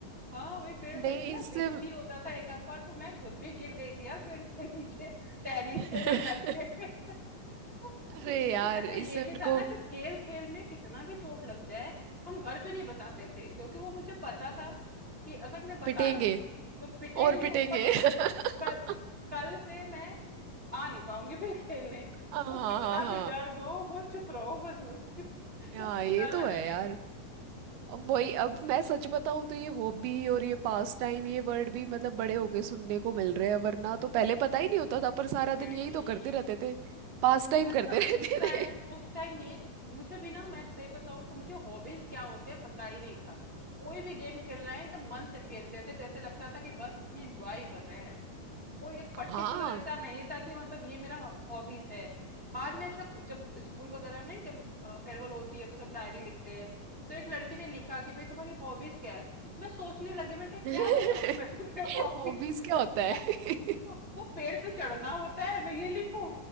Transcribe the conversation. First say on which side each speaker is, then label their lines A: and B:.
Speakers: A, on the right; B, on the right.
A: हाँ वही पेड़ पे
B: नहीं
A: इतना
B: इससे
A: रिस्की होता था एक आध बार तो मैं खुद भी गिर गई थी यार पेड़ के नीचे टहनी
B: <laughs>
A: से लटक के <laughs>
B: अरे
A: लेकिन
B: यार
A: अच्छा
B: इससे
A: ये
B: मेरे
A: भी था
B: को
A: ना कि खेल खेल में कितना भी चोट लग जाए हम घर पे नहीं बताते थे क्योंकि वो मुझे पता था कि अगर मैं बताई
B: पिटेंगे
A: तो पिटेंगे
B: और पिटेंगे
A: ऊपर से
B: <laughs>
A: कल कल से मैं आ नहीं पाऊंगी फिर खेलने
B: हाँ हाँ
A: तो कितना
B: हाँ
A: भी दर्द हो वो चुप रहो बस <laughs> बताना
B: हाँ ये तो
A: नहीं
B: है यार
A: है
B: अब वही अब मैं सच बताऊं तो ये हॉबी और ये पास टाइम ये वर्ड भी मतलब बड़े होके सुनने को मिल रहे हैं वरना तो पहले पता ही नहीं होता था पर सारा
A: नहीं
B: दिन यही तो करते रहते थे पास टाइम
A: अच्छा
B: करते <laughs> रहते
A: उस टाइम
B: थे
A: उस टाइम ये मुझे भी ना मैं सही बताऊं तो मुझे हॉबीज क्या होते हैं पता ही नहीं था कोई भी गेम खेल रहे हैं एकदम मन से खेलते थे जैसे लगता था कि बस इसमें एंजॉय ही कर रहे हैं कोई एक पर्टिकुलर
B: हाँ
A: ऐसा नहीं था कि मतलब ये मेरा हॉबीज है बाद में अच्छा जब स्कूल वगैरह में नहीं जब फेयरवेल होती है तो सब डायरी लिखते हैं तो एक लड़की ने लिखा कि भाई तुम्हारी हॉबीज क्या है मैं सोचने लगी मैंने कहा
B: <laughs>
A: क्या बताऊं मैं तुम्हें <laughs> हॉबीज
B: हॉबीज क्या होता है
A: वो वो पेड़ पे चढ़ना होता है मैं ये लिखूं